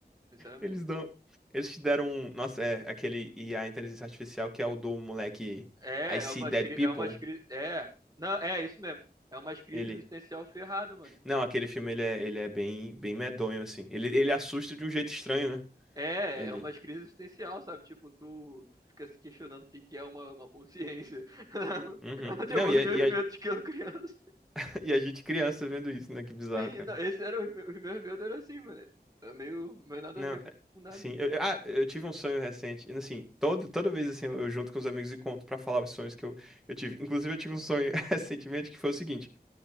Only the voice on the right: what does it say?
sinceramente.
É,
é uma,
é
uma, é, não, é isso mesmo. É uma crise
existencial ferrada, mano.
É,
é uma crise existencial, sabe? Tipo, tu, tu fica se questionando o que que é uma, uma consciência. <laughs>
Tipo,
os
meus
medos que eu criança.
Sim,
não, esse era os meus, os meus medos era assim, mano. É meio, meio nada
a ver
com nada.